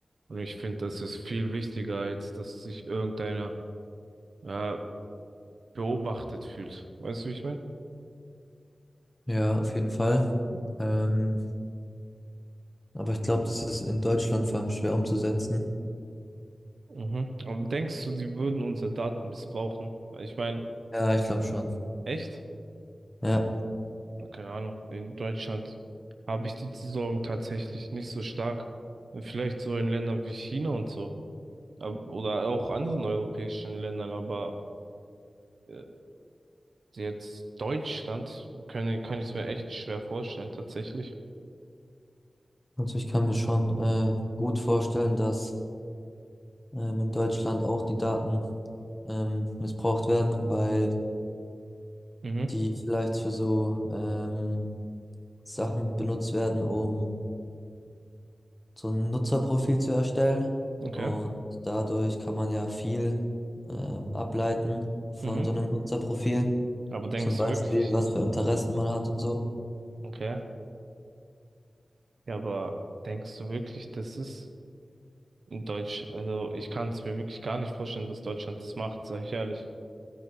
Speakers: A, on the right; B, on the left.
A: Und ich finde, das ist viel wichtiger, als dass sich irgendeiner äh, beobachtet fühlt. Weißt du, wie ich meine?
B: Ja, auf jeden Fall. Ähm, aber ich glaube, das ist in Deutschland vor allem schwer umzusetzen.
A: Mhm. Aber denkst du, die würden unsere Daten missbrauchen? Ich meine,
B: Ja, ich glaube schon.
A: echt?
B: Ja,
A: Na, keine Ahnung. In Deutschland habe ich die Sorgen tatsächlich nicht so stark. Vielleicht so in Ländern wie China und so. Ab- Oder auch anderen europäischen Ländern, aber äh, jetzt Deutschland kann, kann ich es mir echt schwer vorstellen, tatsächlich.
B: also ich kann mir schon äh, gut vorstellen, dass ähm, in Deutschland auch die Daten ähm, missbraucht werden, weil
A: Mhm,
B: die vielleicht für so ähm, Sachen benutzt werden, um so ein Nutzerprofil zu erstellen.
A: okay.
B: Und dadurch kann man ja viel ähm, ableiten von
A: Mhm.
B: so einem Nutzerprofil.
A: Aber denkst
B: Zum Beispiel,
A: du wirklich,
B: was für Interessen man hat und so.
A: okay, ja, aber denkst du wirklich, das ist in Deutsch, also ich kann es mir wirklich gar nicht vorstellen, dass Deutschland das macht, sag ich ehrlich.